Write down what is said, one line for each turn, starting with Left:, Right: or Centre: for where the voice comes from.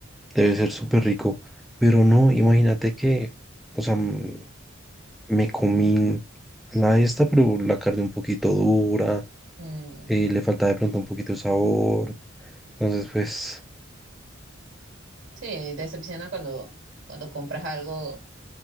Centre: debe ser súper rico. Pero no, imagínate que, o sea, m- me comí la esta, pero la carne un poquito dura,
Right: Mm,
Centre: eh, le faltaba de pronto un poquito de sabor. Entonces, pues,
Right: sí, decepciona cuando, cuando compras algo.